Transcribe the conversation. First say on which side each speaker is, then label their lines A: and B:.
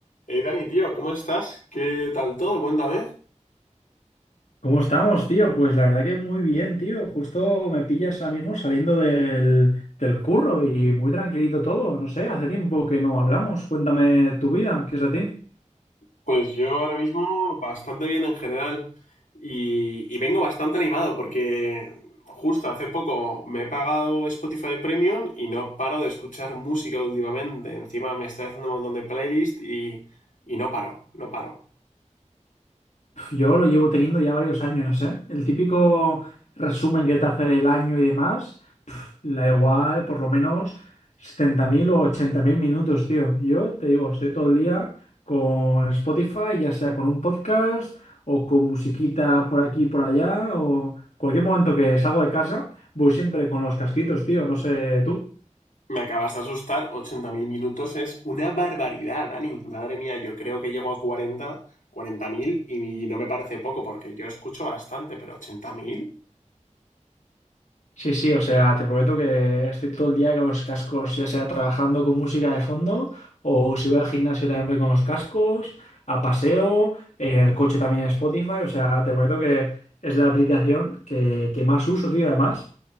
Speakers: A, on the left; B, on the left.
A: Hey Dani, tío, ¿cómo estás? ¿Qué tal todo? Cuéntame.
B: ¿Cómo estamos, tío? Pues la verdad que muy bien, tío. Justo me pillas ahora mismo saliendo del, del curro y muy tranquilito todo. No sé, hace tiempo que no hablamos. Cuéntame tu vida, ¿qué es de ti?
A: Pues yo ahora mismo bastante bien en general y, y vengo bastante animado porque justo hace poco me he pagado Spotify Premium y no paro de escuchar música últimamente. Encima me estoy haciendo un montón de playlist y, y no paro, no paro.
B: Yo lo llevo teniendo ya varios años, ¿eh? El típico resumen que te hace el año y demás, pf, la igual por lo menos 70.000 o 80.000 minutos, tío. Yo te digo, estoy todo el día con Spotify, ya sea con un podcast o con musiquita por aquí, por allá, o cualquier momento que salgo de casa, voy siempre con los casquitos, tío, no sé tú.
A: Me acabas de asustar, 80.000 minutos es una barbaridad, Dani. Madre mía, yo creo que llego a cuarenta cuarenta mil y mi- no me parece poco porque yo escucho bastante, pero 80.000.
B: Sí, sí, o sea, te prometo que estoy todo el día con los cascos, ya sea trabajando con música de fondo o si voy al gimnasio también voy con los cascos, a paseo, en el coche también Spotify, o sea, te prometo que es la aplicación que, que más uso, tío, además.